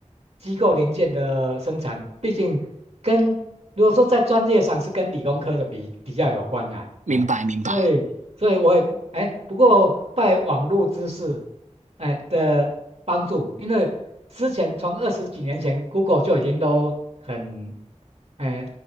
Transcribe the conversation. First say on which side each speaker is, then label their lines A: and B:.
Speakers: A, on the right (about 60°); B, on the right (about 75°).
A: 机构零件的生产，毕竟跟如果说在专业上是跟理工科的比比较有关啦、
B: 明白明白。
A: 哎，所以所以我也哎，不过拜网络知识哎的帮助，因为之前从二十几年前，Google 就已经都很。哎，